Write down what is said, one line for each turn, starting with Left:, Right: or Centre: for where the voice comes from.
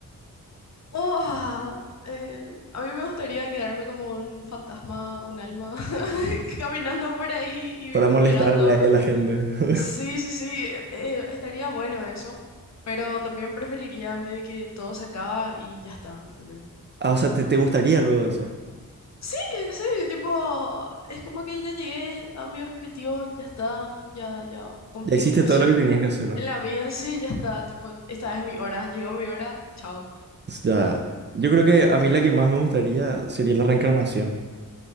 Left: Oh, eh, a mí me gustaría quedarme como un fantasma, un alma, <laughs> caminando por ahí y
Right: Para
Left: mirando
Right: molestarle a la gente. <laughs>
Left: Sí, sí, sí, eh, eh, estaría bueno eso, pero también preferiría medio que todo se acaba y ya está, ¿entendés?
Right: Ah, o sea, ¿te, te gustaría luego de eso?
Left: Sí, sí, tipo, es como que ya llegué a mi objetivo, ya está, ya, ya cumplí
Right: Ya hiciste
Left: mi misión
Right: todo lo que tenías que hacer, ¿no?
Left: en la vida, sí, ya está, tipo, esta es mi hora, llegó mi hora, chao.
Right: Ya. Yo creo que a mí la que más me gustaría sería la reencarnación.